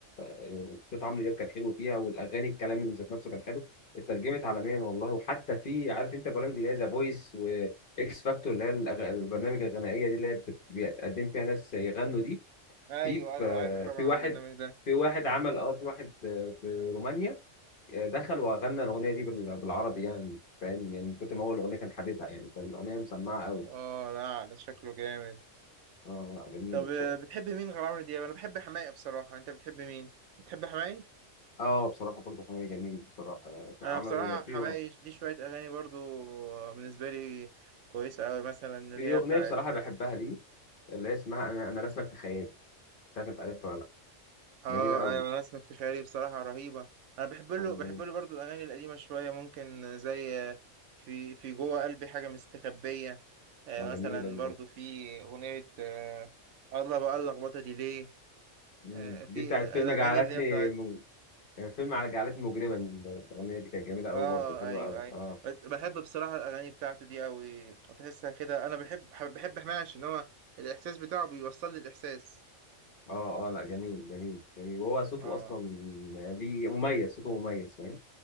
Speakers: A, on the left; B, on the right.
A: يعني صوت عمرو دياب كان حلو فيها والاغاني الكلام اللي ذات نفسه كان حلو اترجمت عالميا والله وحتى في عارف انت برامج اللي هي ذا فويس واكس فاكتور اللي هي الأغ- البرنامج الغنائيه دي اللي هي بت- بيقدم فيها ناس يغنوا دي
B: أيوه
A: في
B: أيوه
A: في
B: عارف طبعا
A: في واحد
B: البرنامج ده
A: في واحد عمل اه في واحد آه، في رومانيا آه، دخل وغنى الاغنيه دي بال- بالعربي يعني فاهم يعني من كتر ما هو الاغنيه كان حبيبها يعني فالاغنيه مسمعه قوي
B: اه لا ده شكله جامد
A: اه جميله
B: طب
A: بصراحه
B: آه، بتحب مين غير عمرو دياب؟ أنا بحب حماقي بصراحة أنت بتحب مين؟ بتحب حماقي؟
A: اه بصراحة برضه حميد جميل بصراحة كان
B: انا
A: عمل
B: بصراحه
A: في
B: حماقي
A: أغ-
B: ليه شويه اغاني برضو بالنسبه لي كويسه قوي مثلا اللي
A: في
B: هي
A: أغنية
B: بتاعت
A: بصراحة بحبها ليه اللي هي اسمها أنا أنا رسمك في خيالي مش عارف أنت عارفها ولا لأ
B: اه
A: جميلة أوي
B: ايوه نسمة في خيالي بصراحه رهيبه انا بحب له
A: اه
B: بحب له برضو الاغاني القديمه شويه ممكن زي في في جوه قلبي حاجه مستخبيه آه،
A: آه، جميلة
B: مثلا
A: دي
B: برضو
A: برضه
B: في اغنيه آه، الله بقى اللخبطه دي ليه
A: مم.
B: آه، في
A: دي بتاعت
B: الاغاني
A: فيلم جعلتني
B: اللي هي بتاعت
A: م... يعني فيلم على جعلتني مجرما الأغنية دي كانت جميلة أوي
B: اه
A: برضه حلوة
B: ايوه
A: أوي
B: ايوه
A: اه
B: بس بحب بصراحه الاغاني بتاعته دي قوي تحسها كده انا بحب بحب حماقي عشان هو الاحساس بتاعه بيوصل لي الاحساس
A: اه اه لا جميل جميل جميل وهو صوته
B: اه
A: أصلا ليه مميز صوته مميز فاهم